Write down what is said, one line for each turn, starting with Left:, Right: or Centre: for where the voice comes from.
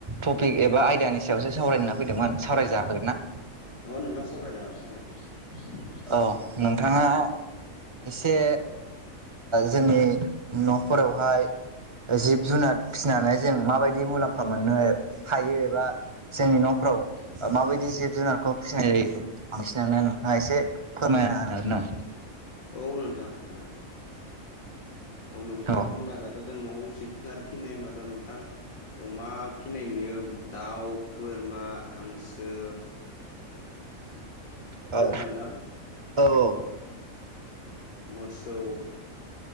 Right: टपिक एबा आयडियानि सायावसो सावरायना फैदोंमोन सावरायजाखागोन ना?
Left: अ नोंथां सावरायजागोन सावरायजागोन
Right: औ नोंथाङा एसे जोंनि न'फोरावहाय जिब जुनार फिसिनानै जों माबायदि मुलाम्फा मोननो हायो एबा जोंनि न'फ्राव माबायदि जिब जुनारखौ फिसिनाय जायो बांसिनानो नोंथाङा एसे फोरमाया आरो नों
Left: औ नोंथां हागोन अ नोंथां
Right: नामा?
Left: होमबा दा ' जों न'आव जिब जुनार फिसिनाय हबाथ' नोंथां अमा फिसिनाय नुयो दाउ बोरमा हांसो खोनादोंना
Right: औ
Left: नोंथां
Right: औ औ
Left: औ मोसौ